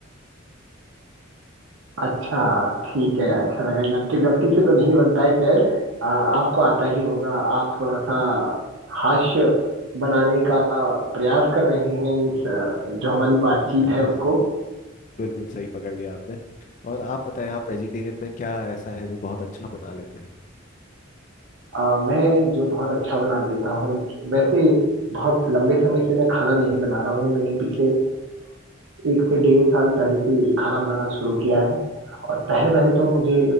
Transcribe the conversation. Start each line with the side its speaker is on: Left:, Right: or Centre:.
Right: अच्छा ठीक है अच्छा लगा ये जान के गलती से तो नहीं बनता है खैर आ, आपको आता ही होगा आप थोड़ा सा हास्य बनाने का प्रयास कर रहे हैं इस अ, जो हमारी बातचीत
Left: <laughs>
Right: है उसको
Left: बिल्कुल सही पकड़ लिया आपने और आप बताएं आप वेजिटेरियन में क्या ऐसा है जो बहुत अच्छा बना लेते हैं
Right: अ, मैं जो बहुत अच्छा बना देता हूँ वैसे बहुत लंबे समय से मैं खाना नहीं बना रहा हूँ मैंने पिछले अ, एक से डेढ़ साल पहले से खाना बनाना शुरू किया है और पहले पहले तो मुझे